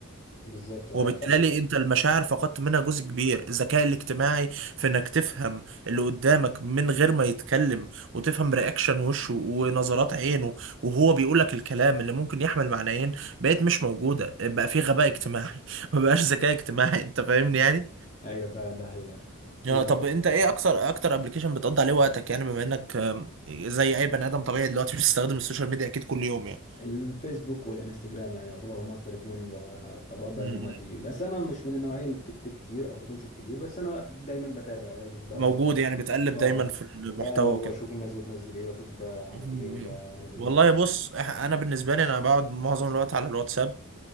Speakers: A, on the left (about 35°); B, on the right (about 60°).
A: بالظبط اه
B: وبالتالي
A: ف...
B: انت المشاعر فقدت منها جزء كبير الذكاء الاجتماعي في انك تفهم اللي قدامك من غير ما يتكلم وتفهم رياكشن وشه ونظرات عينه وهو بيقول لك الكلام اللي ممكن يحمل معنيين بقت مش موجودة بقى في غباء اجتماعي <laughs> ما بقاش ذكاء اجتماعي انت فاهمني يعني
A: ايوه فعلا ده حقيقه
B: اه
A: وك...
B: طب انت ايه اكتر اكتر ابلكيشن بتقضي عليه وقتك يعني بما انك آم، زي اي بني ادم طبيعي دلوقتي <laughs> بتستخدم السوشيال ميديا اكيد كل يوم يعني
A: الفيسبوك والانستجرام يعني يعتبر هم اكتر اتنين ب- بقضي
B: م-
A: عليهم وقتي
B: م.
A: بس انا مش من النوعيه اللي بتكتب كتير او بتنشر كتير بس انا دايما بتابع دايما
B: موجود
A: ب... ب...
B: يعني بتقلب
A: اه
B: دايما في المحتوى
A: بقلب
B: وكده
A: واشوف الناس بتنزل ايه واشوف ده عمل
B: م-
A: ايه وده
B: م.
A: عمل ايه
B: والله بص إح- انا بالنسبه لي انا بقعد معظم الوقت على الواتساب